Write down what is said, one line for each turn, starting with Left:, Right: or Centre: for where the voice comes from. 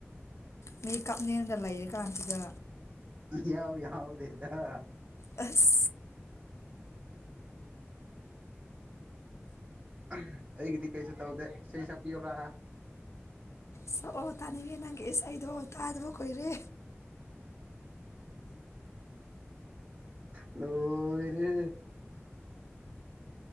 Left: ꯃꯤ ꯀꯞꯅꯤꯡꯉꯒꯥ ꯂꯩꯔꯤ ꯀꯥꯟꯁꯤꯗ
Right: ꯌꯥꯎ ꯌꯥꯎꯗꯦꯗ
Left: ꯑꯁ
Right: ꯑꯩꯒꯤꯗꯤ ꯀꯩꯁꯨ ꯇꯧꯗꯦ ꯏꯁꯩ ꯁꯛꯄꯤꯌꯨꯔ
Left: ꯁꯛꯑꯣ ꯇꯥꯅꯤꯡꯉꯦ ꯅꯪꯒꯤ ꯏꯁꯩꯗꯣ ꯇꯥꯗꯕ ꯀꯨꯏꯔꯦ
Right: ꯂꯣꯏꯔꯦꯍꯦ